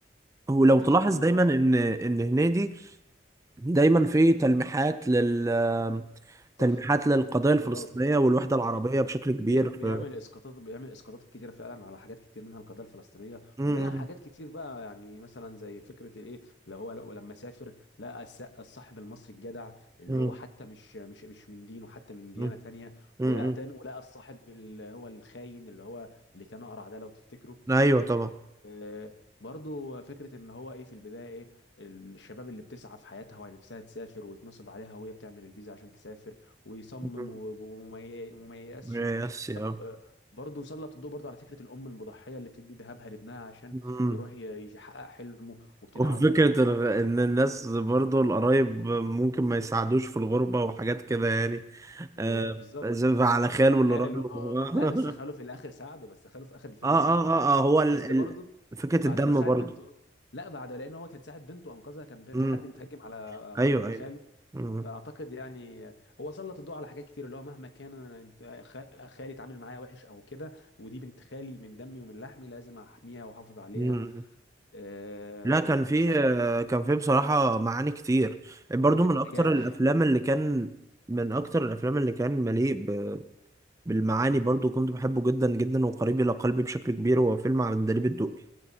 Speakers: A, on the right (about 15°); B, on the left (about 75°).
A: ولو
B: فكره
A: تلاحظ
B: الطموح
A: دايما ان ان هنيدي دايما في تلميحات لل
B: صح
A: تلميحات للقضية
B: اسقاطات
A: الفلسطينية والوحدة العربية
B: بي-
A: بشكل كبير
B: بي-
A: في
B: بيعمل اسقاطات بيعمل اسقاطات كتيره فعلا على حاجات كتير منها القضيه الفلسطينيه
A: مم.
B: ومنها حاجات كتير بقى يعني مثلا زي فكره الايه اللي هو لو لما سافر لقى الس- الصاحب المصري الجدع اللي
A: مم.
B: هو حتى مش مش مش من دينه حتى من ديانه
A: مم.
B: تانية
A: مم.
B: ولقى تاني ولقى الصاحب اللي هو الخاين اللي هو اللي كان اقرع ده لو تفتكروا
A: ايوه طبعا
B: آه، برضو فكرة ان هو ايه في البداية ايه الشباب اللي بتسعى في حياتها ونفسها تسافر ويتنصب عليها وهي بتعمل الفيزا عشان تسافر ويصمم
A: مم.
B: و- وما ي- وما ييأسش
A: يس
B: ص-
A: يا
B: آه، برضو سلط الضوء برضو على فكرة الأم المضحية اللي بتدي ذهبها لابنها عشان
A: مم.
B: يروح ي- يحقق حلمه وبتدعمه
A: وفكرة ال- إن الناس برضو القرايب ممكن ما يساعدوش في الغربة وحاجات كده يعني
B: وبالظبط
A: آه زي على خاله اللي
B: خاله
A: راح له
B: اه <laughs> لا بس خاله
A: <laughs>
B: في الآخر ساعده بس خاله في آخر الفيلم
A: آه آه
B: ساعده
A: آه, آه هو ال...
B: بس
A: ال...
B: برضو
A: فكرة
B: بعد
A: الدم
B: ما ساعد
A: برضو
B: بنته لا بعد لأن هو كان ساعد بنته أنقذها كان
A: مم.
B: في حد بيتهجم على
A: أيوه
B: بنت
A: أيوه
B: خاله
A: مم.
B: فاعتقد يعني هو سلط الضوء على حاجات كتير اللي هو مهما كان انا أنت- خال- خالي اتعامل معايا وحش او كده ودي بنت خالي من دمي ومن لحمي لازم احميها واحافظ عليها
A: مم.
B: آه
A: لا كان فيه
B: مثلا
A: كان فيه بصراحة معاني كتير برضو
B: وفكره
A: من
B: النجاح
A: أكتر الأفلام اللي كان من أكتر الأفلام اللي كان مليء ب- بالمعاني برضو كنت بحبه جدا جدا وقريب إلى قلبي بشكل كبير هو فيلم عندليب الدقي